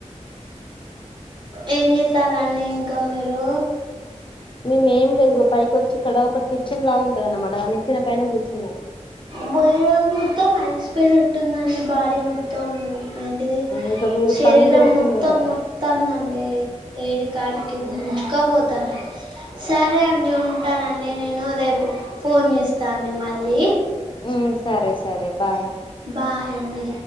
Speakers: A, on the right; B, on the left.
A: ఏం జేత్తాలండీ ఇంకా మీరు
B: మేమేం లేదుగో పైకొచ్చి ఇక్కడ ఒకటిచ్చిన లాగుంటది అన్నమాట ఆ నిచ్చిన పైన కూర్చున్నా
A: బొయ్ రోజు మొత్తం అలిసిపోయినట్టుందండి బాడీ మొత్తం ఏంటిది
B: ఇంకా మీరు
A: శరీరం
B: పనులు చేస్తున్నారు
A: మొత్తం
B: కదా
A: మొత్తందండి ఏడికాడికే గుంజుక పోతాం సరే అండి టానండి నేను రేపు ఫోన్ చేస్తా అండి మళ్ళీ
B: ఉమ్ సరే సరే బాయ్
A: బాయండి